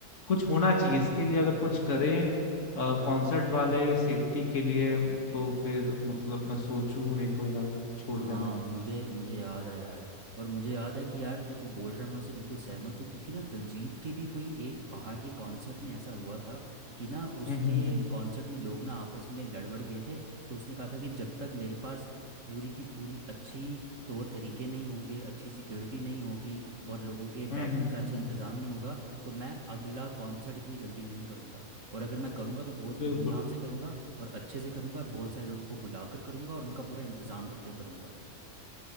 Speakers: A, on the left; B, on the right.
A: कुछ होना चाहिए इसके लिए अगर कुछ करें कॉन्सर्ट वाले सेफ्टी के लिए तो फिर मतलब मैं सोचूं नहीं तो यार छोड़
B: हाँ
A: जाना चाहिए
B: मुझे मुझे याद है यार और मुझे याद है कि यार जो तू बोल रहा है मैं उससे बिल्कुल सहमत हूँ क्योंकि ना दिलजीत के भी कोई एक बाहर के कॉन्सर्ट में ऐसा हुआ था कि ना उसके
A: हम्म हम्म हम्म
B: कॉन्सर्ट में लोग ना आपस में लड़बड़ गए थे तो उसने कहा था कि जब तक मेरे पास पूरी की पूरी अच्छी तौर तरीके नहीं होंगे अच्छी सिक्योरिटी नहीं होगी और लोगों के
A: हम्म
B: बैठने
A: हम्म
B: का
A: हम्म।
B: अच्छा इंतज़ाम नहीं होगा तो मैं अगला कॉन्सर्ट इतनी जल्दी नहीं करूँगा और अगर मैं करूँगा तो बहुत
A: बिल्कुल
B: धूमधाम से करूँगा और अच्छे से करूँगा और बहुत सारे लोगों को बुलाकर करूँगा और उनका पूरा इंतज़ाम करके करूँगा